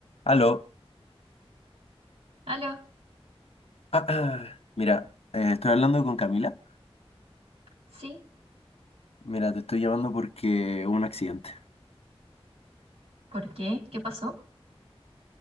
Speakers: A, on the left; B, on the right.
A: Aló.
B: ¿Aló?
A: Ah, ah. Mira, eh, estoy hablando con Camila.
B: ¿Sí?
A: Mira, te estoy llamando porque hubo un accidente.
B: ¿Por qué? ¿Qué pasó?